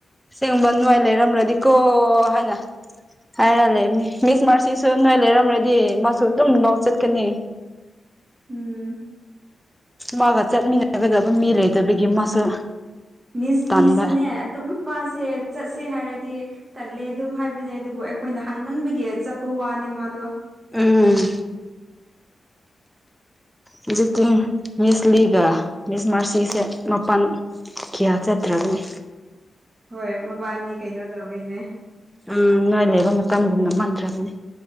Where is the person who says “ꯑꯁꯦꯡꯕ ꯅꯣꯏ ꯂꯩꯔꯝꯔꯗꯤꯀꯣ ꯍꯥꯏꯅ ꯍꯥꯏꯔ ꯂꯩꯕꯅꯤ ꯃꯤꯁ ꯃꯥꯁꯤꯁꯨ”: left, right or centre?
Centre